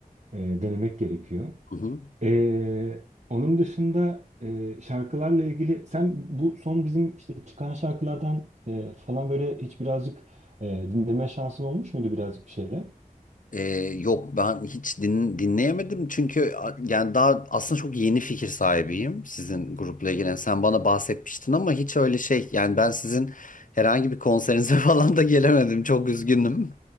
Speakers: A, on the right; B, on the left.
A: e, denemek gerekiyor.
B: Hı hı.
A: E, onun dışında e, şarkılarla ilgili sen bu son bizim işte çıkan şarkılardan e, falan böyle hiç birazcık e, dinleme şansın olmuş muydu birazcık bir şeyler?
B: Ee, yok ben hiç din- dinleyemedim çünkü a- yani daha aslında çok yeni fikir sahibiyim sizin grupla ilgili. Yani Sen bana bahsetmiştin ama hiç öyle şey yani ben sizin herhangi bir konserinize <laughs> falan da gelemedim. Çok üzgünüm.